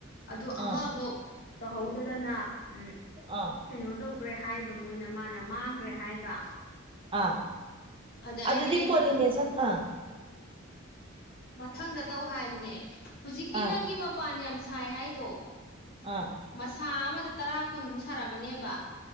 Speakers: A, on the left; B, on the right.
A: ꯑꯗꯨ ꯑꯃꯐꯥꯎ
B: ꯑꯥ
A: ꯇꯧ ꯍꯧꯗꯗꯅ ꯎꯝ
B: ꯑꯥ
A: ꯀꯩꯅꯣ ꯇꯧꯒ꯭ꯔꯦ ꯍꯥꯏꯕ ꯃꯣꯏꯅ ꯃꯥꯅ ꯃꯥꯡꯈ꯭ꯔꯦ ꯍꯥꯏꯕ
B: ꯑꯥ
A: ꯑꯗ ꯑꯩꯅ
B: ꯑꯗꯨꯗꯤ
A: ꯑꯦ ꯃꯊꯪꯗꯤ
B: ꯄꯣꯜꯂꯤꯅꯦꯁꯟ
A: ꯑꯗꯨꯝ
B: ꯑꯥ
A: ꯃꯊꯪꯗ ꯇꯧ ꯍꯥꯏꯕꯅꯦ ꯍꯧꯨꯖꯤꯛꯀꯤ
B: ꯑꯥ
A: ꯅꯪꯒꯤ ꯃꯄꯥꯟ ꯌꯥꯝ ꯁꯥꯏ ꯍꯥꯏꯗꯣ
B: ꯑꯥ
A: ꯃꯁꯥ ꯑꯃ ꯑꯗꯨꯗ ꯇꯔꯥ ꯀꯨꯟꯃꯨꯛ ꯁꯥꯔꯝ ꯃꯅꯦꯕ